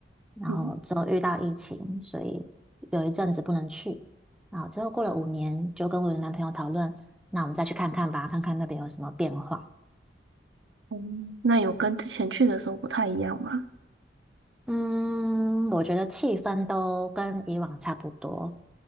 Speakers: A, in the centre; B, on the right.
A: 然后之后遇到疫情，
B: 嗯，
A: 所以有一阵子不能去。然后之后过了五年，就跟我的男朋友讨论，那我们再去看看吧，看看那边有什么变化。
B: 哦，那有跟之前去的时候不太一样吗？
A: 嗯，我觉得气氛都跟以往差不多，